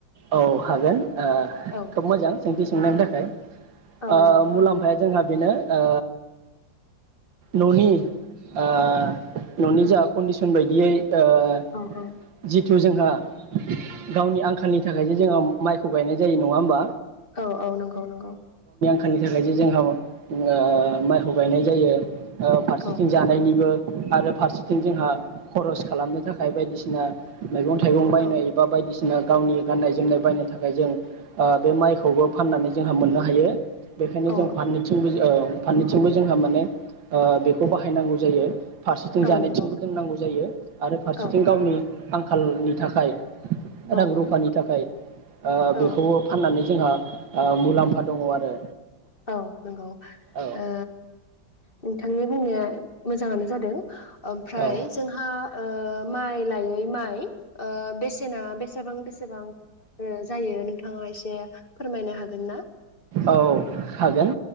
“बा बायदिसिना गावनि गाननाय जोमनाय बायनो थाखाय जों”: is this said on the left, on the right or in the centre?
Right